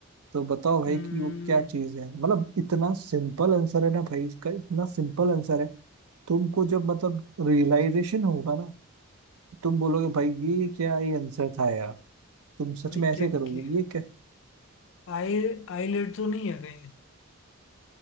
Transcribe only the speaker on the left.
हम्म,
भाई
क्या
गि-
आई आईलिड तो नहीं है कहीं